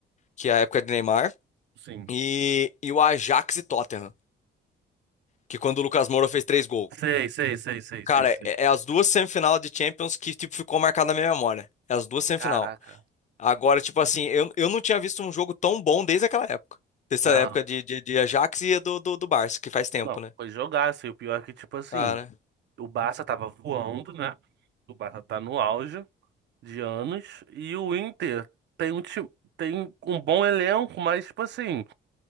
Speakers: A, on the left; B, on the right.
A: que é a época de Neymar.
B: sim.
A: e, e o Ajax e Tottenham, que quando o Lucas Moura fez três gols.
B: Sei, sei, sei, sei,
A: Cara,
B: sei, sei.
A: é, é as duas semifinal de Champions que, tipo, ficou marcada na minha memória. É as duas semifinal.
B: Caraca.
A: Agora, tipo assim, eu, eu não tinha visto um jogo tão bom desde aquela época. Desde
B: Não,
A: a época de, de, de Ajax e do, do, do Barça, que faz tempo,
B: não,
A: né?
B: foi jogaço. E o pior é que, tipo assim,
A: Cara,
B: o Barça tava voando, né? O Barça tá no auge de anos. E o Inter tem um, ti- tem um bom elenco, mas, tipo assim,